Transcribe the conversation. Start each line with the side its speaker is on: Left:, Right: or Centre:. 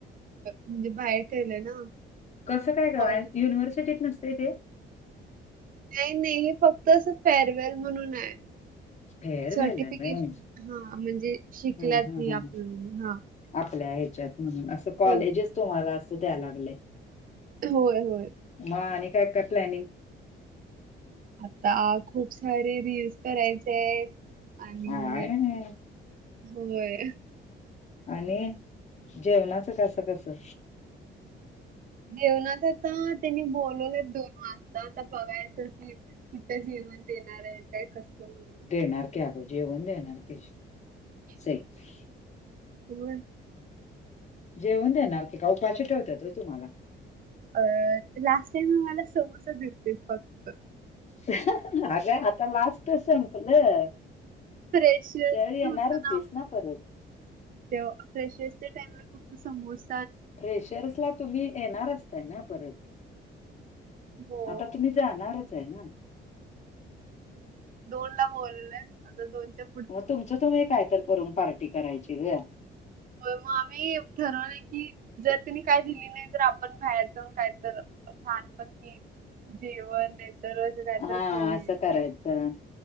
Right: म्हणजे बाहेर ठेवलं ना,
Left: कसं काय गं,
Right: कॉलेज
Left: आणि युनिव्हर्सिटीत नसते ते.
Right: नाही नाही, हे फक्त असं फेअरवेल म्हणून आहे.
Left: फेअरवेल
Right: सर्टिफिकेशन
Left: आहे व्हय.
Right: हा म्हणजे, शिकल्यात
Left: हा हा
Right: हे
Left: हा
Right: आपण हा.
Left: आपल्या ह्याच्यात म्हणून असं, कॉलेजच
Right: हो
Left: तुम्हाला असं द्याय लागलेत.
Right: होय होय.
Left: मग आणि काय काय प्लॅनिंग.
Right: आता खूप सारे रील्स करायचेत आणि,
Left: काय नाही
Right: होय.
Left: आणि जेवणाचं कसं कसं.
Right: जेवणाचं आता त्यांनी बोलवलेत. दोन वाजता आता बघायचं की, तिथं जेवण देणार आहेत. काय कस म्हणून,
Left: देणार कीे आगं जेवण देणार की, सेफ
Right: व्हयं.
Left: जेवण देणार की, काय उपाशी ठेवत्यात होय तुम्हांला.
Right: अ.. लास्ट टाईम आम्हाला समोसा दिलंत फक्त.
Left: अरे, आता लास्ट संपलं.
Right: फ्रेशर्स
Left: त्यावेळी येणार
Right: होतं
Left: होतीस
Right: आमचं
Left: ना परत.
Right: फ्रेशर्सच्या टाइम्स फक्त समोस.
Left: फ्रेशर्स ला तुम्ही येणार, असताय ना परत.
Right: हो
Left: आता तुम्ही जाणारच आहे ना.
Right: दोन ला बोलेत, आता दोनचा
Left: मग तुमचं तुम्ही, काय तर करून पार्टी करायची गं
Right: हो मग आम्ही ठरवलंय की, जर तिनी काय दिली नाही तर आपण बाहेर जाऊन काय तर. छानपैकी जेवण नाही तर,
Left: हा,
Right: खाऊन
Left: असं
Right: यायचं.
Left: करायचं